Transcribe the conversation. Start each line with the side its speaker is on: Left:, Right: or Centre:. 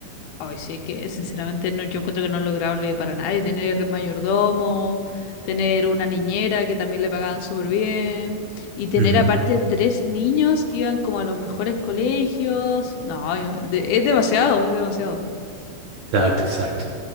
Left: Ay, sí, que sinceramente no, yo encuentro que no es lograble para nadie tener mayordomo, tener una niñera que también le pagaban súper bien y tener
Right: Ujú,
Left: aparte tres niños que iban como a los mejores colegios. No, yo- de- es demasiado, es demasiado.
Right: Exacto, exacto.